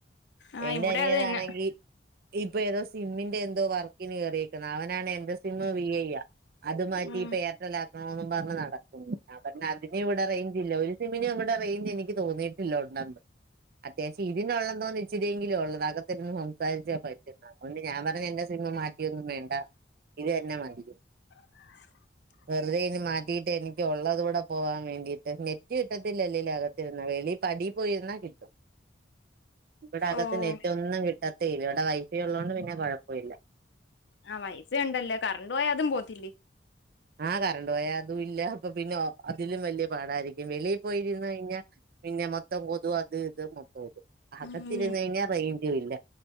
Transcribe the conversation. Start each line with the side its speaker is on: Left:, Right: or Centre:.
Left: ആഹ്
Right: എന്റെ
Left: ഇവിടെ
Right: അനിയതാണെങ്കിൽ
Left: അത് തന്നെ
Right: ഇപ്പ ഏതോ സിമ്മിന്റെ എന്തോ വർക്കിന് കേറിയിക്കുന്നത് അവനാണ് എന്റെ സ് സിം വി ഐ അത് മാറ്റി
Left: ഉം
Right: എർറ്റലാക്കണും പറഞ്ഞ് നടക്കുന്നു ആ പറ അതിനും ഇവിടെ റേഞ്ച്ല്ല ഒരു സിമിനും ഇവിടെ റേഞ്ച് എനിക്ക് തോന്നിയിട്ടില്ലോ ഉണ്ടന്ന് അത്യാവശ്യം ഇതിനുള്ളത തോന്ന ച്ചിരിയെങ്കിലും ഉള്ളത് അകത്തിരുന്ന് സംസാരിച്ചാ പ അതുകൊണ്ട് ഞാൻ പറഞ് എന്റെ സിം മാറ്റിയൊന്നും വേണ്ട ഇത് തന്നെ മതിന്നു
Left: <inaudible>
Right: വെറുതെ ഇനി മാറ്റിയിട്ട് എനിക്ക് ഉള്ളത് കൂടെ പോവാാൻ വേണ്ടിയിട്ട് നെറ്റ് കിട്ടത്തില്ലല്ലേലും അക ത്തിരുന്ന വെളി പടി പോയിരുന്നാ കിട്ടും ഇവിടെ അകത്ത്
Left: ഓഹ്
Right: നെറ്റ് ഒന്നും കിട്ടത്തേ ഇല്ല ഇവിടെ വൈഫൈ ഉള്ളോണ്ട് പിന്നെ കുഴപ്പല്ല
Left: ആഹ് വൈഫൈ ഉണ്ടല്ലോ കറണ്ട് പോയാ അതും പോവ്ത്തില്ലേ
Right: ആഹ് കറണ്ട് പോയാ അതും ഇല്ല അപ്പൊ പിന്നെ അതിലും വലിയ പാടായിരി വെളിയിൽ പോയിരുന്നു കഴിഞ്ഞാ പിന്നെ മൊത്തം കൊതും അത് ഇത് മൊത്തം കൊതും അകത്തിരുന്ന്
Left: ഉം
Right: കഴിഞ്ഞാ റേഞ്ചും ഇല്ല